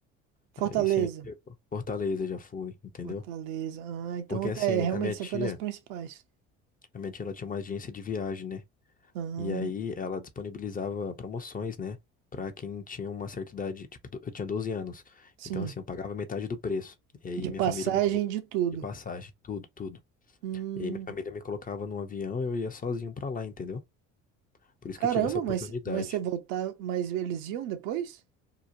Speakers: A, on the right (about 70°); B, on the left (about 25°).
A: Fortaleza.
B: aí você me pegou. Fortaleza já fui, entendeu?
A: Fortaleza. Ah, então
B: Porque assim,
A: é, realmente
B: a minha
A: você
B: tia,
A: foi nas principais.
B: a minha tia, ela tinha uma agência de viagem, né?
A: Ah,
B: E aí ela disponibilizava promoções, né? Pra quem tinha uma certa idade, tipo, do- eu tinha 12 anos.
A: sim.
B: Então, assim, eu pagava metade do preço. E aí
A: De
B: minha
A: passagem
B: família me colocou
A: de tudo.
B: de passagem, tudo, tudo.
A: Hum,
B: E aí minha família me colocava num avião e eu ia sozinho pra lá, entendeu? Por isso
A: caramba,
B: que eu tive essa oportunidade.
A: mas, mas você voltar, mas eles iam depois?